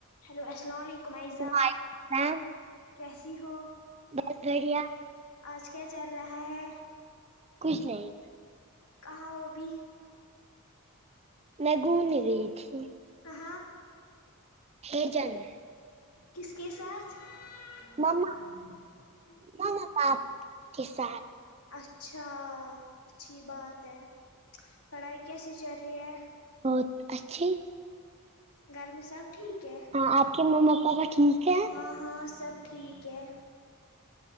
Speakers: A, on the left; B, on the right.
A: hello السلام علیکم Aiza
B: ma'am
A: کیسی ہو
B: بہت بڑھیا
A: اج کیا چل رہا ہے
B: کچھ نہیں
A: کہاں ہو ابھی
B: میں گھومنے گئی تھی
A: کہاں
B: ہے جان میں
A: کس کے ساتھ ماما
B: مما
A: <unintelligible>
B: مما باپ کے ساتھ
A: اچھا اچھی بات ہے پڑھائی کیسی چل رہی ہے
B: بہت اچھی
A: گھر میں سب ٹھیک ہے
B: ہاں آپ کے مما پاپا ٹھیک ہے
A: ہاں ہاں سب ٹھیک ہے